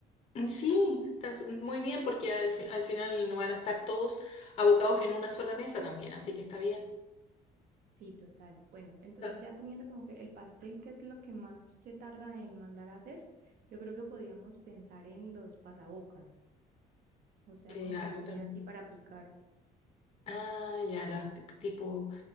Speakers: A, on the left; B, on the right.
A: Mm, Sí, estás muy bien porque al, fi- al final no van a estar todos abocados en una sola mesa también, así que está bien.
B: Sí, total. Bueno, entonces
A: Ah,
B: ya teniendo como que el pastel, que es lo que más se tarda en mandar a hacer, yo creo que podíamos pensar en los pasabocas, o sea,
A: Claro,
B: como la comida
A: también.
B: así para picar.
A: Ah, ya, las t- tipo